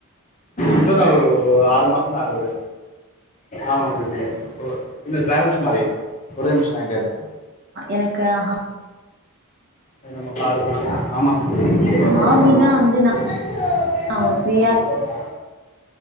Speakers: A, on the left; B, on the right.
A: இப்பதா ஒரு ஆறு மாசந்தா ஆகுது ஆமாங்க சத்தி இந்த ட்ராவல்ஸ் மாரி ஒரே நிமிஷ லைன்லே இருங்க
B: எனக்கு அஹ
A: அது நம்ம காடு தா ஆமா சத் <unintelligible>
B: ஹாபினா வந்து நா ஃப்ரீயா